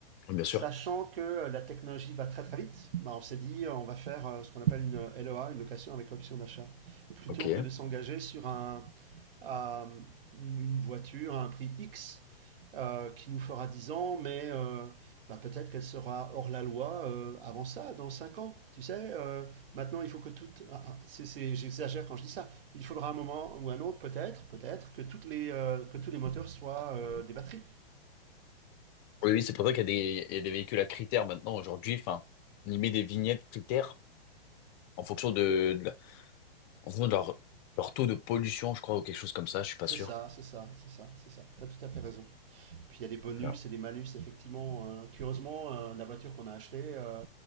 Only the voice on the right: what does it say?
Sachant que euh, la technologie va très très vite, bah, on s'est dit euh, on va faire euh, ce qu'on appelle une euh, LOA, une location avec option d'achat, plutôt
que de s'engager sur un, à une voiture à un prix X euh, qui nous fera 10 ans, mais euh, bah, peut-être qu'elle sera hors la loi euh, avant ça, dans 5 ans. Tu sais, euh, maintenant il faut que toutes... ah, ah, c'est, c'est- j'exagère quand je dis ça. Il faudra un moment ou un autre, peut-être, peut-être, que, toutes les, euh, que tous les moteurs soient euh, des batteries.
C'est
ça, c'est ça, c'est ça, c'est ça. Tu as tout à fait raison. Puis il y a des bonus
et des malus, effectivement. Euh, curieusement, euh, la voiture qu'on a achetée, euh,